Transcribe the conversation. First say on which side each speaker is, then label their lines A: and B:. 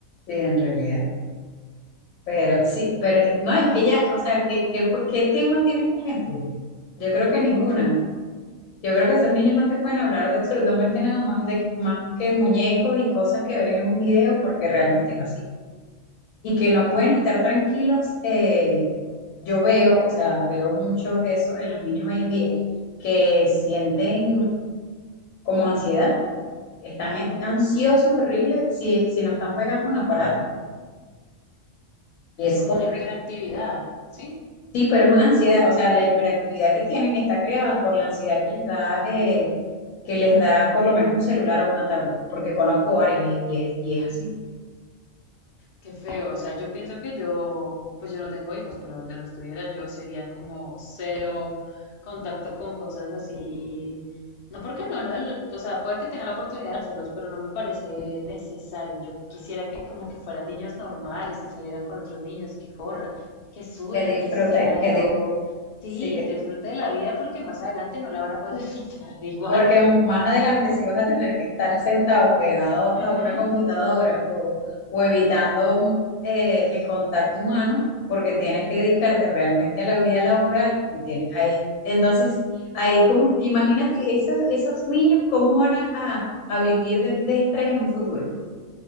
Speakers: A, on the left (about 80°); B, on the left (about 45°).
A: sí, en realidad. Pero sí, pero no, es que ya, o sea, ¿qué, qué, qué tema tiene esta gente? Yo creo que ninguna. Yo creo que esos niños no te pueden hablar de absolutamente nada más, de, más que muñecos y cosas que ven en un video, porque realmente es así. Y que no pueden estar tranquilos. eh, yo veo, o sea, veo mucho eso en los niños hoy en día, que sienten como ansiedad Están en- ansiosos, horribles, si, si no están pegados a un aparato.
B: Es
A: Y es,
B: como
A: hor-
B: una hiperactividad, ¿sí?
A: sí, pero es una ansiedad, o sea, la hiperactividad que tienen está creada por la ansiedad que les da,
B: Mm,
A: eh, que les da por lo menos un celular o una tablet, porque conozco varios y, y es, y es así.
B: Qué feo, o sea, yo pienso que yo, pues yo no tengo hijos, pero donde los tuviera yo sería como cero contacto con cosas así. No porque no, la- o sea, puede que tenga la oportunidad de dárselos, pero no me parece necesario. Yo quisiera que como que fueran niños normales, que salieran con otros niños, que corran, que suden,
A: Que disfrutan,
B: que si se cayó,
A: que, di-
B: sí,
A: sí,
B: que disfrute de la vida porque más adelante no la van a poder <laughs> disfrutar igual.
A: Porque más adelante sí vas a tener que estar sentado pegado
B: Ujú.
A: a una computadora o, o evitando mm, eh, el contacto humano porque tienes que dedicarte realmente a la vida laboral, porque tienes ahí, entonces, ahí como, imagínate esos, esos niños cómo van a, a- a vivir de, de estrés en un futuro.